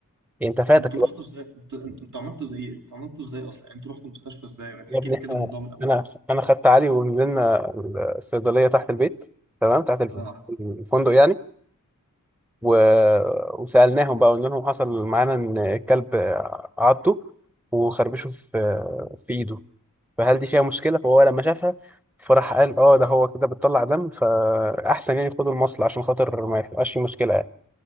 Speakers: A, in the centre; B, on the right.
A: يعني أنت فاتك
B: أنتوا رحتوا إزاي؟ أنتوا أنتوا أنتوا عملتوا زي إيه؟ أنتوا عملتوا إزاي أصلا؟ يعني أنتوا رحتوا المستشفى إزاي؟ ما تحكي
A: يا ابني
B: لي كده
A: احنا
B: الموضوع من أوله
A: انا انا خدت علي ونزلنا الصيدليه تحت البيت تمام تحت الف-
B: أه
A: الفندق يعني و... وسالناهم بقى قلنا لهم حصل معانا ان الكلب عضه وخربشه في في ايده فهل دي فيها مشكله فهو لما شافها فراح قال اه ده هو كده بتطلع دم فاحسن يعني خدوا المصل عشان خاطر ما يبقاش في مشكله يعني